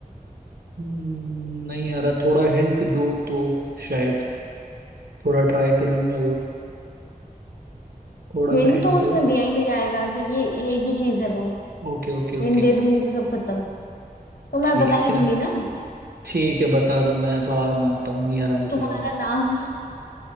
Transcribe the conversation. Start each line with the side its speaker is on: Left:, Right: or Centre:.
Right: नहीं आ रहा थोड़ा हिंट दो तो शायद थोड़ा ट्राई करूँ मैं और थोड़ा
Left: हिंट
Right: सा हिंट
Left: तो
Right: दो
Left: उसमें दिया ही नहीं जाएगा क्योंकि एक ही चीज है वो
Right: Okay okay okay
Left: हिंट दे दूंगी तो सब खत्म तो मैं
Right: ठीक
Left: बता ही दूंगी
Right: है
Left: ना
Right: ठीक है बता दो मैं तो हार मानता हूँ नहीं आ रहा मुझे
Left: तुम्हारा
Right: याद
Left: नाम